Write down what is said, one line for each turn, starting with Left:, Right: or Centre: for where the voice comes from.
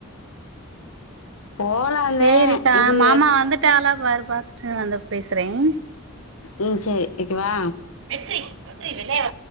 Left: போலாந்தே
Right: சேரிக்கா
Left: இது
Right: மாமா வந்துட்டாகளா பாரு பாத்துட்டு வந்து பேசுறேன்
Left: ம் செரி வெக்கவா
Right: வெற்றி வெற்றி வெளயா